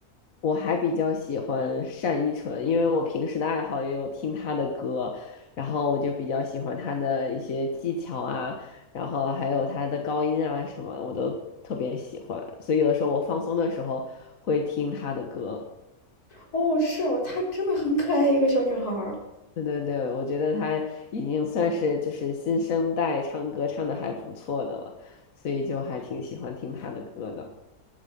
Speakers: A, on the left; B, on the left.
A: 我还比较喜欢单依纯，因为我平时的爱好也有听她的歌，然后我就比较喜欢她的一些技巧啊，然后还有她的高音啊什么，我都特别喜欢，所以有的时候我放松的时候会听她的歌。
B: 哦，是哦，她真的很可爱，一个小女孩儿。
A: 对对对，我觉得他已经算是就是新生代唱歌唱的还不错的了，所以就还挺喜欢听他的歌的。